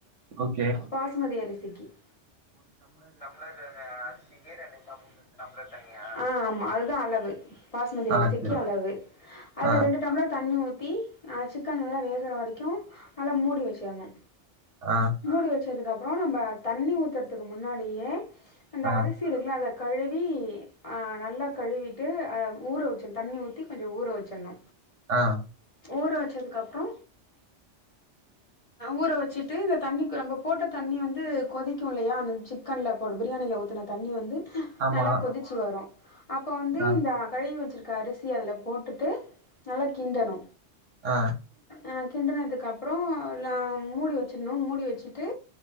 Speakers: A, on the right; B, on the left.
A: ஓகே.
B: பாஸ்மதி அரிசிக் ஃப் ஒரு டம்ளர் அ அரிசிக்கி ரெண்டு டம் டம்ளர் தண்ணியா ஆ ஆமா அதுதா அளவு பாஸ்மதி
A: ஆ,
B: அரிசிக்கி
A: சரி.
B: அளவு அதுல
A: ஆ,
B: ரெண்டு டம்ளர் தண் ண்ணி ஊத்தி அ சிக்கன் நல்லா வேகுற வரைக் <unintelligible> நல்லா மூடி வச்சேர்னு
A: ஆ,
B: மூடி வச்சதுக்கு அப் அப்றோ நம்ப தண்ணி ஊத்துறதுக்கு முன்னாடியே அந்த
A: ஆ,
B: அரிசி இருக்குல அத கழுவி ஆ நல்லா கழுவிட் விட்டு ஆ ஊற வச்சுற்னு தண்ணி ஊத்தி கொஞ்ச ஊற வச்சுற்ணு
A: ஆ
B: ஊற வச்சதுக்கு அப்றோ ஊற வச்சுட்டு இந்த தண்ணி நம்ப போட்ட தண்ணி வந்து கொதிக்கு இல்லையா அந்த சிக்கன்ல போடு பிரியாணியில ஊத்துன தண்ணி வந்து
A: ஆமா.
B: நல்லா கொதிச்சு வரும் அப்போ
A: ஆ,
B: இந்த அகல் வச்சிருக் க அரிசிய அதுல போட்டுட்டு நல்லா கிண்டணு
A: ஆ
B: ஆ கிண்டுனதுக்கு அப்பறோ நா மூடி வச்சுற்ணு மூடி வச்சுட்டு